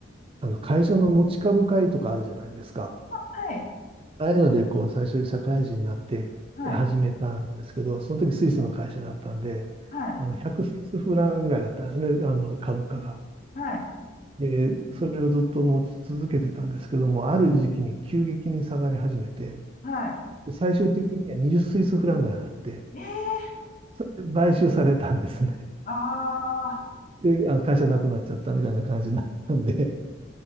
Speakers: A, on the right; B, on the left.
A: あの会社の持ち株会とかあるじゃないですか。
B: はい。
A: ああいうので、こう、最初に社会人になって始めたんですけど、
B: はい。
A: その時スイスの会社だったんで、
B: はい。
A: あの、100スイスフランぐらいだったんですね、あの、株価が。
B: はい。
A: で、それをずっと持ち続けてたんですけども、ある時期に急激に下がり始めて、
B: はい。はい
A: で最終的には20スイスフランぐらいになって、
B: ええ
A: それで買収されたんですね。
B: ああ、
A: で、あの、会社なくなっちゃったみたいな感じになったんで、